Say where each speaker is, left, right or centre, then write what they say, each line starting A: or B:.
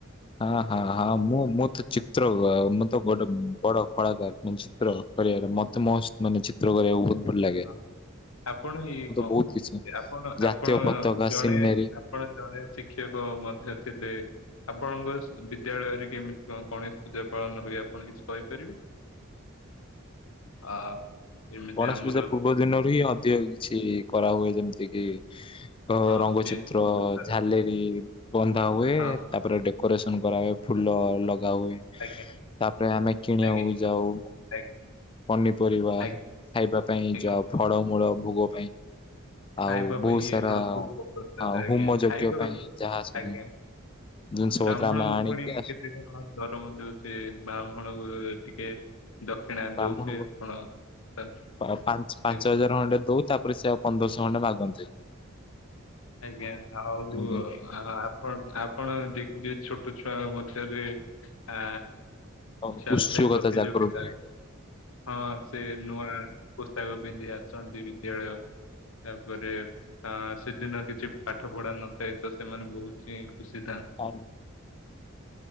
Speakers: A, on the left; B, on the left.
A: ହଁ ହଁ ହଁ ମୁଁ ମୁଁ ଚିତ୍ର ମୁଁ ତ ଗୋଟେ ବଡ କଳାକାର ମାନେ ଚିତ୍ର କରିବାରେ ମତେ ମ ମାନେ ଚିତ୍ର କରିବାକୁ ଵହ। ଭଲ ଲାଗେ
B: ଆଉ ଆପଣ ଇ କଣ
A: ବହୁତ
B: କହୁଛନ୍ତି
A: କିଛି
B: ଆପଣ
A: ଜାତୀୟ
B: ଆପଣ
A: ପତାକା
B: ଜଣେ
A: ସିନେରୀ
B: ଆପଣ ଜଣେ ଶିକ୍ଷକ ମଧ୍ୟ ଥିଲେ ଆପଣଙ୍କ ବିଦ୍ୟାଳୟରେ କେମତି କଣ ଗଣେଶ ପୂଜା ପାଳନ ହୁଏ ଆପଣ କିଛି କହିପାରିବେ ହ ଯେମିତି
A: ଗଣେଶ
B: ଆମମ
A: ପୂଜା ପୂର୍ବ ଦିନରୁ ହିଁ ଅଧିକ କିଛି କରାହୁଏ ଯେମିତି କିି ଅ
B: ହଁ
A: ରଙ୍ଗଚିତ୍ର
B: ବେଞ୍ଚ ହଁ
A: ଝାଲେରି ବ ଥା ହୁଏ
B: ଆଜ୍ଞା
A: ତାପରେ ଡେକୋରେସନ କରା ହଏ ଫୁଲ ଲଗା ହୁଏ
B: ଆଜ୍ଞା
A: ତାପରେ ଆମେ କିଣିବାକୁ
B: ଆଜ୍ଞା
A: ଯାଉ
B: ଆଜ୍ଞା
A: ପନିପରିବା
B: ଆଜ୍ଞା
A: ଖାଇବା ପାଇଁ
B: ଆଜ୍ଞା।
A: ଯାଉ ଫଳ ମୂଳ ଭୋଗ ପାଇଁ ଆଉ
B: ଖାଇବା
A: ବହୁତ
B: ପାଇଁ ଇଏ
A: ସାରା
B: ହଁ ଭହୁା ଆଜ୍ା
A: ଆଉ ହୋମ ଯଜ୍ଞ
B: ଖାଇବାେ
A: ପାଇଁ ଯାହା ସବୁ
B: ଆଜ୍ଞା
A: ଜିନିଷ
B: ବ୍ରାହ୍ମଣଙ୍କୁ
A: ପତ୍ର ଆମେ ଆଣିକି
B: ଭଣି
A: ଆସୁ
B: କେତେ କଣ ଧରମ ଦଉଛେ ବ୍ରାହ୍ମଣକୁ ଟିକେ ଦକ୍ଷିଣା
A: ବ୍ରାହ୍ମଣ
B: ଦଉଥିବେ ଆପଣ
A: ପା ପାଞ୍ଚ
B: ଆଜ୍ଞା
A: ହଜାର ଖଣ୍ଡେ ଦଉଛି ତାପରେ ସେ ଆଉ ପନ୍ଦରଶହ ଘଟେ ମାଗନ୍ତି
B: ଆଜ୍ଞା ଆଉ
A: ଆଜ୍ଞା।
B: ଆପଣ ଆପଣ ଦେଖିବ ଛୋଟ ଛୋ ମଧ୍ୟରେ ଆ
A: ହଁ,
B: ଚାଲଥ
A: ଉତ୍ସୁକତା
B: ପ୍ରତିଯୋଗତା
A: ଜାଗ୍ରତ ହୁଏ
B: ହଁ ସେ ନୂଆ ପୋଷକ ପିନ୍ଧି ଆସୁଛନ୍ତି ବିଦ୍ୟାଳୟ ତାପରେ ଅ ସେ ଦିନ କିଛି ପାଠ ପଢା ନଥାଏ ତ ସେମାନେ ବହୁତ ହିଁ ଖୁସି ଥାନ୍ତି।
A: ଆଉ